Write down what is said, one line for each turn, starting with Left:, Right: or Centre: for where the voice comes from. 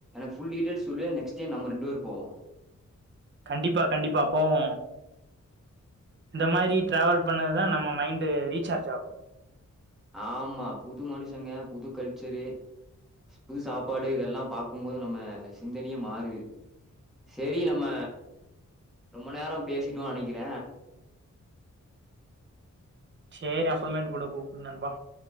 Centre: ஃபுல் டீடெய்ல்ஸ் சொல்லு நெக்ஸ்ட் டைம் நம்ம ரெண்டு பேர் போவோ
Right: கண்டிப்பா கண்டிப்பா போவோ இந்த மாரி டிராவல் பண்ணதுதா நம்ம மைண்டு ரீசார்ஜ் ஆகு
Centre: ஆமா புது மனுசங்க புது கல்ச்சரு புது சாப்பாடு இதெல்லா பாக்கும்போது நம்ம சிந்தனையே மாறுது செரி நம்ம ரொம்ப நேரொ பேசிட்டோ நெனக்கிற
Right: சேரி அப்பறமேட்டு் கூட கூப்டு நண்பா